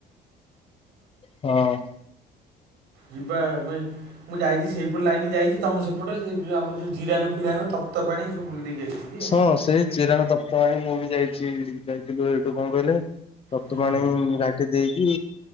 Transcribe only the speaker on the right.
ଯିବା ମୁଁ ଯାଇଛି ସେହିପଟେ ଲାଇନ ଯାଇଛି ତୁମ ସେପଟେ ସେ ଯେଉଁ ଆମର ଯେଉଁ ଜିରାଙ୍ଗ ଫିରାଙ୍ଗ ତ ତତ ପାଣିଁ ସେ ଭୁଲ ଦ ଯାଇଛି। ଯେ
ହୁଁ